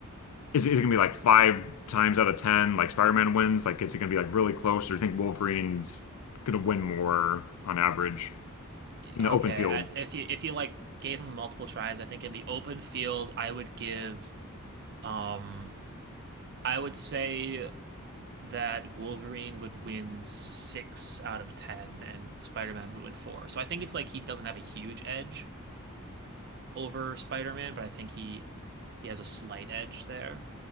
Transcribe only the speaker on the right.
Okay,
I, if you if you like gave him multiple tries, I think in the open field I would give um I would say that Wolverine would win six out of ten, and Spider-Man would win four. So I think it's like he doesn't have a huge edge over Spider-Man, but I think he he has a slight edge there.